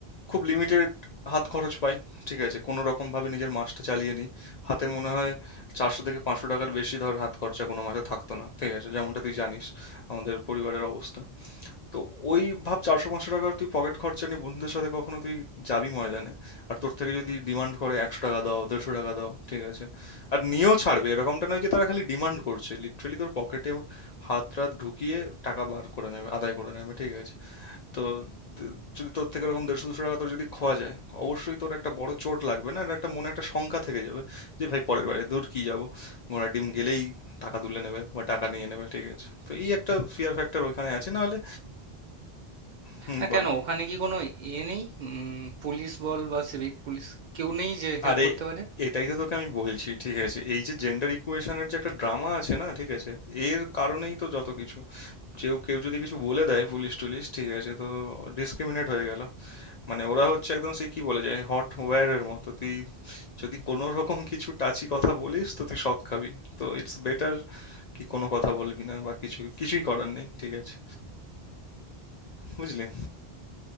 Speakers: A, on the left (about 55°); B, on the right (about 55°).
A: খুব লিমিটেড হাত খরচ পাই ঠিক আছে কোনো রকম ভাবে নিজের মাসটা চালিয়ে নিই হাতে মনে হয় চারশো থেকে পাঁচশো টাকার বেশি ধর হাত খরচা কোনো মাসে থাকতো না ঠিক আছে যেমনটা তুই জানিস আমাদের পরিবারের অবস্থা তো ওই ভাব চারশো পাঁচশো টাকার তুই পকেট খরচা নিয়ে বন্ধুদের সাথে কখনো তুই যাবি ময়দানে আর তোর থেকে যদি ডিমান্ড করে একশো টাকা দাও দেড়শো টাকা দাও ঠিক আছে আর নিয়েও ছাড়বে এরকমটা নয় যে তারা খালি ডিমান্ড করছে লিটারালি তোর পকেটে হাত টাত ঢুকিয়ে টাকা বার করে নেবে আদায় করে নেবে ঠিক আছে তো দ- যদি তোর থেকে এরকম দেড়শো দুশো টাকা তোর যদি খোয়া যায় অবশ্যই তোর একটা বড় চোট লাগবে না এটা একটা মনে একটা শঙ্কা থেকে যাবে যে ভাই পরের বারে দূর কি যাবো ঘোড়ার ডিম গেলেই টাকা তুলে নেবে বা টাকা নিয়ে নেবে ঠিক আছে তো এই একটা ফিয়ার ফ্যাক্টর ওইখানে আছে না হলে হুম
B: না
A: বল
B: কেন ওখানে কি কোনো এ নেই উম, পুলিশ বল বা সিভিক পুলিশ কেউ নেই যে হেল্প
A: আরে
B: করতে পারে
A: এটাই তো তোকে আমি বলছি ঠিক আছে এই যে জেন্ডার ইকুয়েশনের যে একটা ড্রামা আছে না ঠিক আছে এর কারণেই তো যত কিছু যেও কেউ যদি কিছু বলে দেয় পুলিশ টুলিশ ঠিক আছে তো ডিসক্রিমিনেট হয়ে গেল মানে ওরা হচ্ছে একদম সে কি বলে যায় হট ওয়্যারের মতো তুই যদি কোনো রকম কিছু টাচি কথা বলিস তো তুই শক খাবি তো ইটস বেটার কি কোনো কথা বলবি না বা কিছু কিছুই করার নেই ঠিক আছে বুঝলি